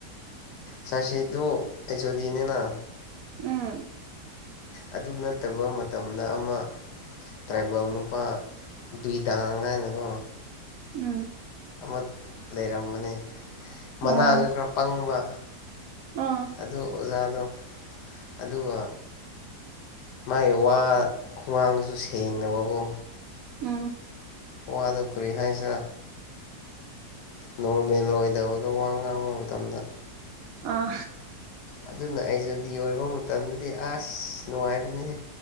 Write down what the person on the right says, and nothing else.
ꯎꯝ
ꯎꯝ
ꯑꯣ
ꯑꯥ
ꯎꯝ
ꯑ